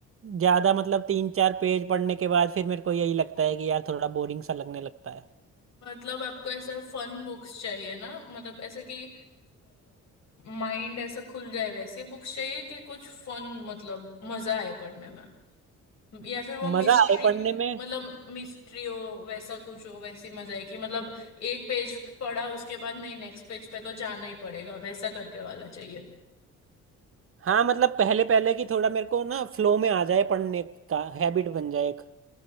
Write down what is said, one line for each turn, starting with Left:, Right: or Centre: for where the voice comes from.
Right: ज्यादा मतलब तीन चार पेज पढ़ने के बाद फिर मेरे को यही लगता है कि यार थोड़ा बोरिंग सा लगने लगता है
Left: मतलब आपको ऐसा फन बुक्स चाहिए ना मतलब ऐसे कि माइंड ऐसा खुल जाए वैसे बुक्स चाहिए कि कुछ फन मतलब मजा आए पढ़ने में या फिर वो मिस्ट्री
Right: मजा आए पढ़ने में
Left: मतलब मिस्ट्री हो वैसा कुछ हो वैसी मजा आए कि मतलब एक पेज पढ़ा उसके बाद नहीं नेक्स्ट पेज पे तो जाना ही पड़ेगा वैसा करके वाला चाहिए
Right: हाँ मतलब पहले पहले की थोड़ा मेरे को ना फ्लो में आ जाए पढ़ने का हैबिट बन जाए एक